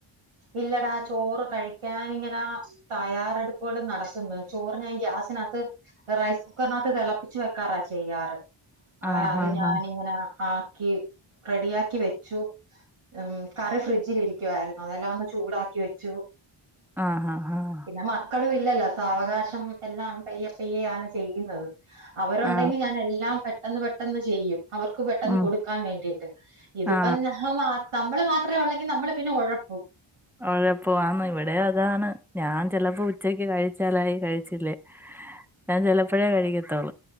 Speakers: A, on the right; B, in the centre.
A: ഇല്ലടാ ചോറ് കഴിക്കാൻ ഇങ്ങന തയ്യാറെടുപ്പുകൾ നടത്തുന്നത്. ചോറ് ഞാൻ ഗ്യാസിനകത്ത് റൈസ് കുക്കറിനകത്ത് തിളപ്പിച്ചു വെക്കാറാ ചെയ്യാറ്. അങ്ങനെ
B: ആ
A: അത്
B: ഹാ
A: ഞാാനിങ്ങനെ
B: ഹാ
A: ആക്കി റെഡിയാക്കി വെച്ചു. ഉം കറി ഫ്രിഡ്ജിലി രിക്കുവായിരുന്നു അത് എല്ലാന്ന് ചൂടാക്കി വെച്ചു.
B: ആഹ് ഹ ആഹ്
A: പിന്നെ മക്കളും ഇല്ലല്ലോ സാവകാശം എല്ലാം പെയ്യ പെയ്യയാണ് ചെയ്യുന്നത്. അവരുണ്ടെങ്കി
B: ആ
A: ഞാൻ എല്ലാം പെട്ടെന്ന് പെട്ടെന്ന് ചെയ്യും. അവർക്ക് പെട്ടെന്ന്
B: ഉം
A: കൊടുക്കാൻ വേണ്ടിട്ട്. ഇതിപ്പം
B: ആ
A: ഞാമാ നമ്മള് മാത്രേ ഉള്ളെങ്കി നമ്മൾ പിന്നെ ഒഴപ്പും.
B: ഒഴപ്പുവാന്ന് ഇവിടെ അതാണ് ഞാൻ ചിലപ്പോ ഉച്ചക്ക് കഴിച്ചാലായി കഴിച്ചില്ലേ ഞാൻ ചിലപ്പഴേ കഴിക്കത്തൊള്ളൂ.